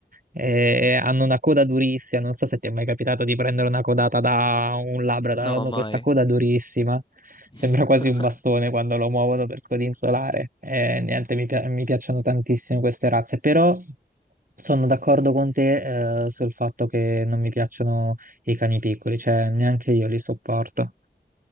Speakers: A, on the right (about 50°); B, on the left (about 25°).
A: eh, hanno una coda durissima. Non so se ti è mai capitato di prendere una codata da un Labrador, hanno
B: No, mai.
A: questa coda durissima.
B: <laughs>
A: Sembra quasi un bastone quando lo muovono per scodinzolare. Eh, niente, mi, pia- mi piacciono tantissimo queste razze, però sono d'accordo con te, eh, sul fatto che non mi piacciono i cani piccoli, cioè neanche io li sopporto.